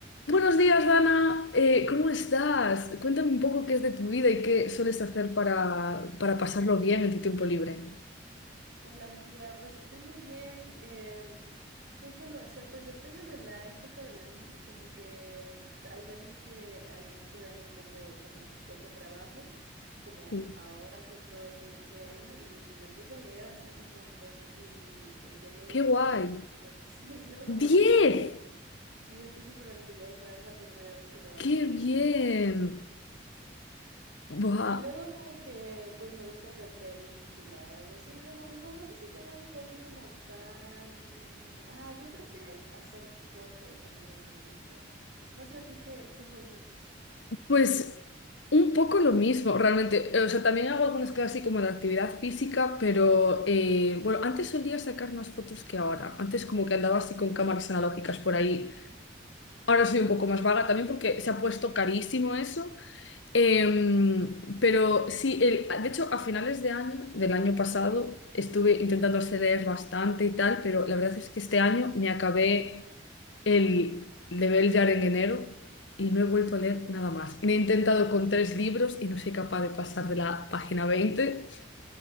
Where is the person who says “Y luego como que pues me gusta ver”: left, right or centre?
Right